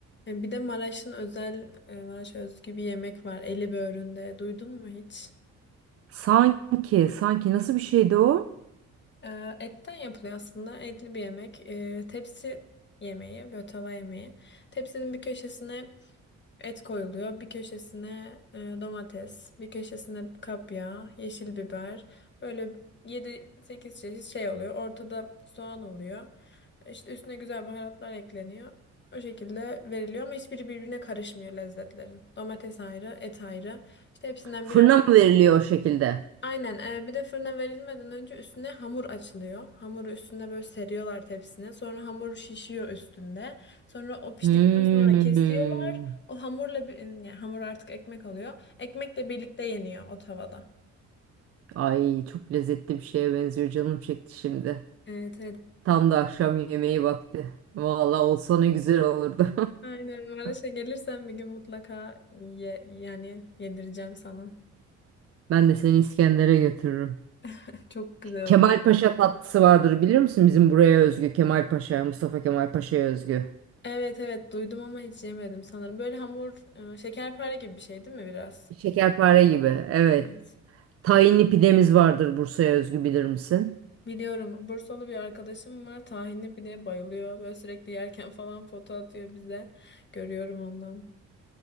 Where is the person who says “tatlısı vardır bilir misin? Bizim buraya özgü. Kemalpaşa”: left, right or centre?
Right